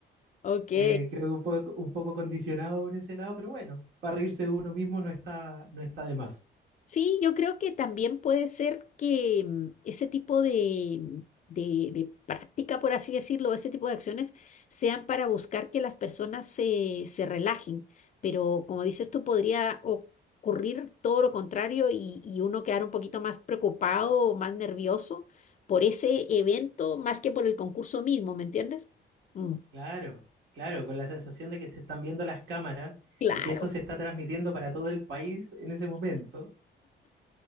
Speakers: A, on the left; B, on the right.
A: ok,
B: eh, creo que un poco, un poco condicionado por ese lado, pero bueno, para reírse de uno mismo no está, no está de más.
A: Sí, yo creo que también puede ser que mm, ese tipo de, mm, de- de práctica, por así decirlo, ese tipo de acciones sean para buscar que las personas se, se relajen, pero como dices tú, podría ocurrir todo lo contrario y, y uno quedar un poquito más preocupado o más nervioso por ese evento más que por el concurso mismo, ¿me entiendes? Mm,
B: Claro, claro, con la sensación de que te están viendo las cámaras
A: claro.
B: y que eso se está transmitiendo para todo el país en ese momento.